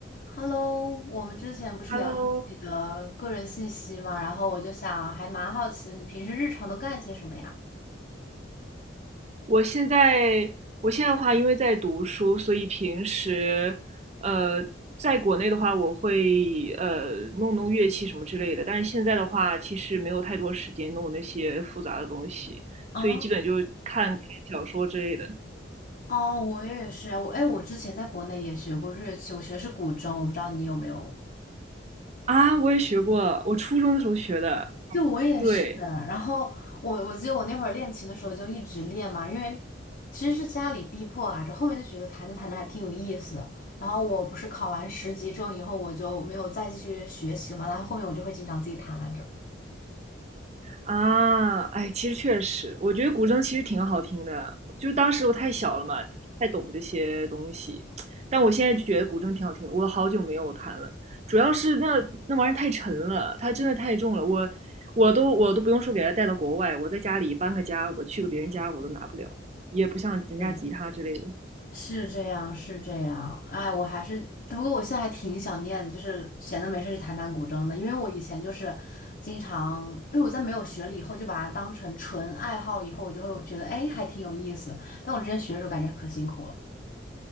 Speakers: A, on the left (about 45°); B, on the right (about 35°).
A: Hello，我们之前不是聊了自己的个人信息嘛，
B: Hello，
A: 然后我就想，还蛮好奇的，你平时日常都干些什么呀？
B: 我现在我现在的话，因为在读书，所以平时呃，在国内的话，我会呃弄弄乐器什么之类的。但是现在的话，其实没有太多时间弄那些复杂的东西，
A: 啊，
B: 所以基本就看看小说之类的。
A: 哦，我也是啊，我哎，我之前在国内也学过日乐器，我学的是古筝，我不知道你有没有。
B: 啊，我也学过，我初中的时候学的。
A: 对，我也是。
B: 对，
A: 然后我我记得我那会儿练琴的时候就一直练嘛，因为其实是家里逼迫啊，这后面就觉得弹着弹着还挺有意思的。然后我不是考完十级证以后，我就没有再继续学习嘛，但后面我就会经常自己弹来着。
B: 啊，哎，其实确实，我觉得古筝其实挺好听的，就是当时我太小了嘛，太懂这些东西。但我现在就觉得古筝挺好听的，我好久没有弹了，主要是那那玩意儿太沉了，它真的太重了，我我都我都不用说给它带到国外，我在家里搬个家，我去个别人家我都拿不了，也不像人家吉他之类的。
A: 嗯。是这样，是这样。哎，我还是，不过我现在还挺想念，就是闲的没事去弹弹古筝的，因为我以前就是经常，因为我在没有学了以后，就把它当成纯爱好，以后我就会觉得，哎，还挺有意思。但我之前学的时候感觉可辛苦了，